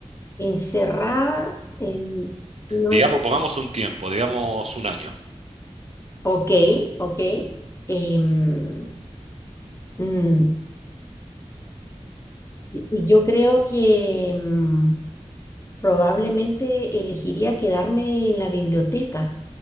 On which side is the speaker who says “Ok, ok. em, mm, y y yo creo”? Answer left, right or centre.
Left